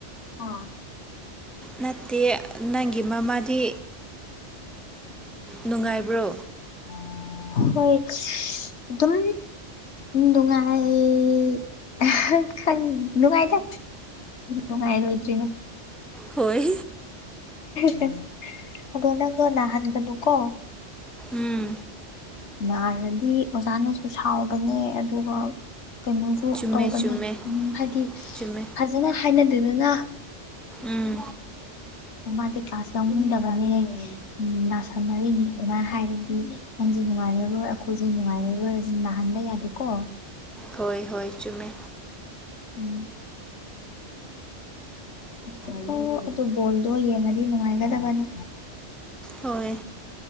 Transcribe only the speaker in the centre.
ꯅꯠꯇꯦ ꯅꯪꯒꯤ ꯃꯃꯥꯗꯤ ꯅꯨꯡꯉꯥꯏꯕ꯭ꯔꯣ
ꯍꯣꯏ
ꯎꯝ
ꯆꯨꯝꯃꯦ
ꯆꯨꯝꯃꯦ
ꯆꯨꯝꯃꯦ
ꯎꯝ
ꯍꯣꯏ ꯍꯣꯏ ꯆꯨꯝꯃꯦ
ꯍꯣꯏ